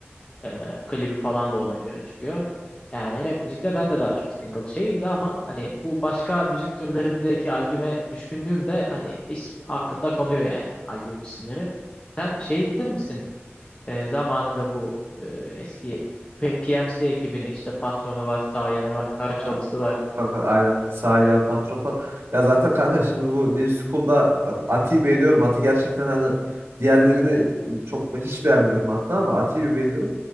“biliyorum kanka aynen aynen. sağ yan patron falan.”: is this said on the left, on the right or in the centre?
Right